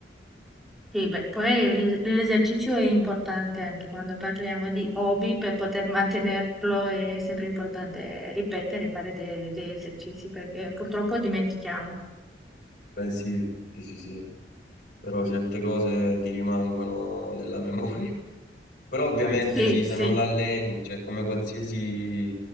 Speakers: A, in the centre; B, on the left.
A: Sì, beh, poi l'es- l'esercizio è importante anche quando parliamo di hobby, per poter mantenerlo è sempre importante ripetere, fare de- degli esercizi perché purtroppo dimentichiamo.
B: Beh, sì, sì, sì, sì, però certe cose ti rimangono nella memoria. <laughs> Però ovviamente
A: Sì,
B: sì, se
A: sì.
B: non l'alleni, cioè come qualsiasi